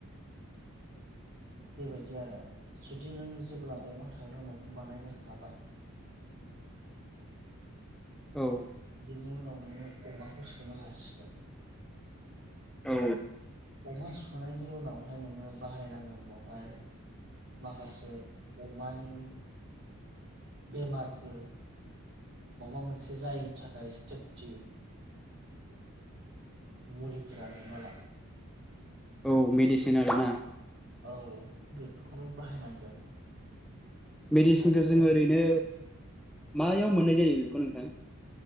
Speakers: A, on the right; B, in the centre.
A: बेबायदि आरो जुदि नों जेब्ला अमा थाग्रा न'खौ बानायनो हाबाय
B: औ
A: बेनि उनाव नोङो अमाखौ सोनो हासिगोन
B: औ
A: अमा सुननायनि उनावहाय नोङो बाहायनांगोन बेवहाय माखासे अमानि बेमारफोर माबा मोनसे जायिनि थाखाय सेफटि मुलिफोरा हमना ला
B: औ मेडिसिन आरो ना।
A: औ बेफोरखौ नों बाहायनांगोन।
B: मेडिसिनखो
A: आरो
B: जोङो ओरैनो मायाव मोननाय जायो बेखौ नोंथां?